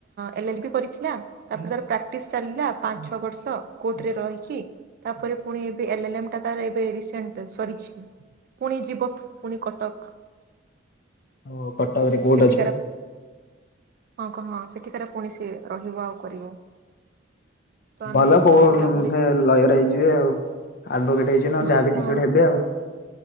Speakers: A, on the right (about 50°); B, on the left (about 50°).
A: L L B କରିଥିଲା ତାପରେ ତାର ପ୍ରାକ୍ଟିସ୍ ଚାଲିଲା। ପାଞ୍ଚ ଛଅ ବର୍ଷ କୋର୍ଟରେ ରହିକି ତାପରେ ପୁଣି ଏବେ ଏଲ୍ ଏଲ୍ ମ୍ ଟା ତାର ଏବେ ରିସେଣ୍ଟ ସ କରିଛି। ପୁଣି ଯିବକ୍ ପୁଣି କଟକ।
B: ଓ କଟକରେ କୋଟ୍
A: ସେଠିକାର
B: ଅଛି ବା?
A: ହଁ କହ ହଁ ସେଠିକାର ପୁଣି ସେ ରହିବ ଆଉ କରିବ। ତ ଆମେ
B: ଭଲ କୋଉ ଉଁ
A: ବୁଲାବୁଲି
B: ଲୟର ହେଇଯିବ ଆଉ। ଆଡଭୋକେଟ ହେଇଯିବେ ନହେଲେ ଯାହା
A: ହଁ
B: ବି କିଛି ଗୋଟେ ହେବେ ଆଉ